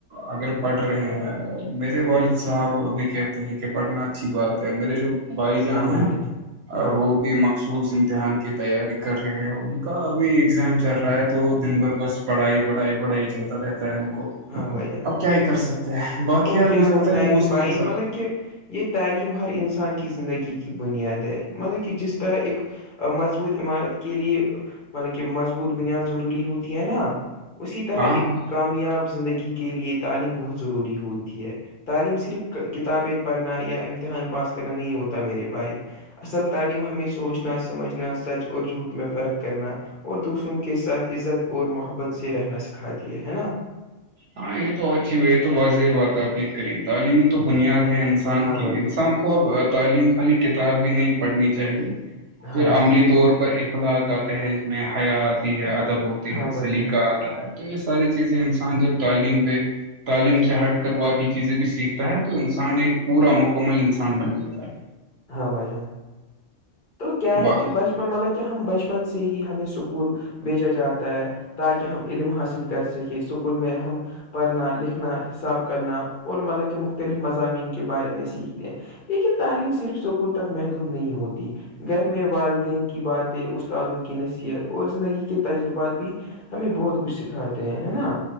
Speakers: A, on the right; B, on the left.
A: اگر پڑھ رہے ہیں میرے والد صاحب ابھی کیا تو یہ کہ پڑھنا اچھی بات ہے میرے جو بھائی جان
B: ہاں
A: ہے
B: بھائی ہاں ہاں
A: وہ بھی مخصوص امتحان کی تیاری کر رہے ہیں ان کا ابھی ایگزام چل رہا ہے تو دن بھر بس پڑھائی بڑھائی بڑھائی چلتا رہتا ہےا
B: ہاں بھائی جان
A: اب کیا یہ کر سکتے ہیں باقی
B: تو
A: یار
B: کیا
A: مجھے
B: ہوتا
A: بتائیے
B: ہے کہ
A: موسم
B: بھائی
A: کے ساتھ
B: مطلب کہ یہ تعلیم ہر انسان کی زندگی کی بنیاد ہے مطلب کہ جس طرح ایک مضبوط عمارت کے لیے مطلب کہ مضبوط بنیاد ضروری ہوتی ہے نا اسی طرح
A: ہاں
B: ایک
A: ہاں
B: کامیاب زندگی کے لیے تعلیم بہت ضروری ہوتی ہے تعلیم صرف کتابیں پڑھنا یا امتحان پاس کرنا نہیں ہوتا میرے بھائی اصل تعلیم ہمیں سوچنا سمجھنا سچ اور جھوٹ میں فرق کرنا اور دوسروں کے ساتھ عزت اور محبت سے رہنا سکھاتی ہے نا
A: ہاں یہ تو اچھی یہ تو واضح بات ہے اپنے قریب تعلیمی تو بنیاد ہے انسان
B: ہاں
A: کی
B: بھائی جان
A: انسان کو اب تعلیم خالی کتاب بھی نہیں پڑھنی چاہیے
B: ہاں
A: پھر
B: بھائی
A: عملی
B: جان
A: طور پر اخلاق کا تہز میں حیا آتی ہے ادب و تی
B: ہاں
A: ہے
B: بھائی
A: سلیقہ
B: جان
A: آتا ہے تو یہ ساری چیزیں انسان جب تعلیم پہ تعلیم سے ہٹ کر باقی چیزیں بھی سیکھتا ہے تو انسان ایک پورا مکمل انسان بن جاتا ہے
B: ہاں بھائی جان تو کیا
A: با
B: ہے کہ ب مطلب کہ ہم بچپن سے ہی ہمیں اسکول بھیجا جاتا ہے تاکہ ہم علم حاصل کر سکے اسکول میں ہم پڑھنا لکھنا حساب کرنا اور مطلب کہ مختلف مضامین کے بارے میں سیکھتے ہیں لیکن تعلیم صرف اسکول تک مہد نہیں ہوتی گھر میں والدین کی باتیں استادوں کی نصیحت اور زندگی کے تجربات بھی ہمیں بہت کچھ سکھاتے ہیں ہے نا